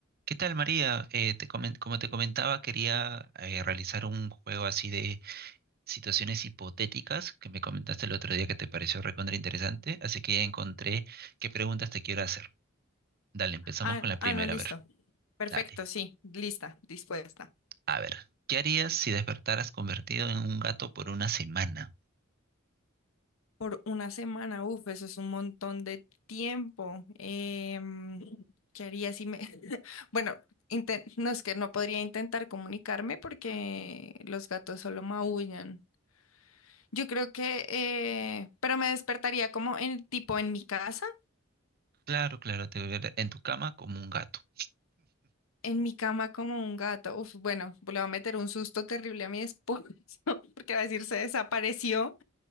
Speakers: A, on the right; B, on the left.
A: ¿Qué tal, María? Eh, te comen- como te comentaba, quería eh, realizar un juego así de situaciones hipotéticas que me comentaste el otro día que te pareció recontra interesante, así que ya encontré qué preguntas te quiero hacer. Dale, empezamos
B: Ah,
A: con la primera,
B: ah, no, listo.
A: a ver,
B: Perfecto,
A: dale.
B: sí, lista, dispuesta.
A: A ver, ¿qué harías si despertaras convertido en un gato por una semana?
B: Por una semana, uf, eso es un montón de tiempo. Em, ¿qué haría si me... <laughs> Bueno, inten- no es que no podría intentar comunicarme porque los gatos solo maullan. Yo creo que, eh, pero me despertaría como en tipo en mi casa,
A: Claro, claro, te ver en tu cama como un gato.
B: en mi cama como un gato. Uf, bueno, le va a meter un susto terrible a mi esposo <laughs> porque va a decir se desapareció.